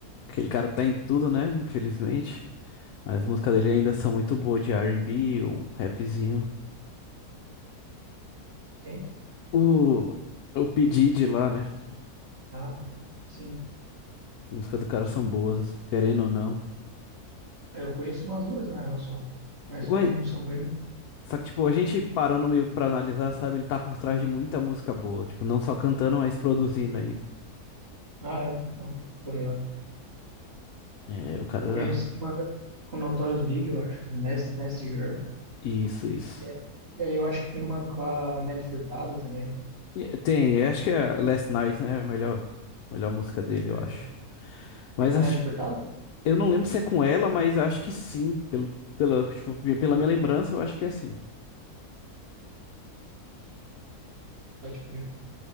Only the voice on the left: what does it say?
aquele cara que tá em tudo, né? Infelizmente. Mas as músicas dele ainda são muito boas de R&B, um rapzinho.
O, o P. Diddy lá, né?
As músicas do cara são boas, querendo ou não.
Mas,
só que, tipo, a gente parando meio que pra analisar, sabe? Ele tá por trás de muita música boa. Tipo, não só cantando, mas produzindo aí.
É, o cara
era...
Isso, isso.
E- Tem, acho que é Last Night, né? é A melhor, melhor música dele,
eu acho. Mas
acho,
eu não lembro se é com ela, mas acho que sim. Pelo, pela, tipo, pela minha lembrança, eu acho que é assim.